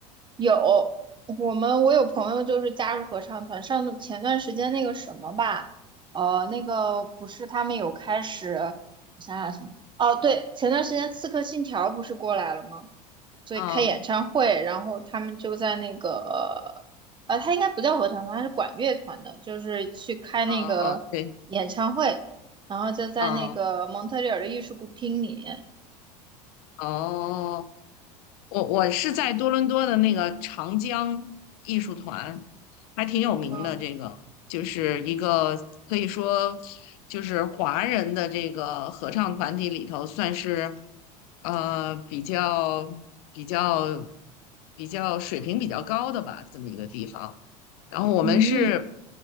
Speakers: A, on the right; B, on the left.
A: 有，我们我有朋友就是加入合唱团，上段前段时间那个什么吧，呃，那个不是他们有开始，我想想什么，哦，对，前段时间《刺客信条》不是过来了吗？所以开演唱会，
B: 嗯
A: 然后他们就在那个，呃，他应该不叫合唱团，他是管乐团的，就是去开那个演唱会，
B: 嗯嗯，对，
A: 然后就在那个蒙特利尔的艺术厅里，
B: 嗯哦。我我是在多伦多的那个长江艺术团，还挺有名的。
A: 嗯
B: 这个就是一个可以说就是华人的这个合唱团体里头，算是呃比较比较比较水平比较高的吧，这么一个地方。然后我们是
A: 嗯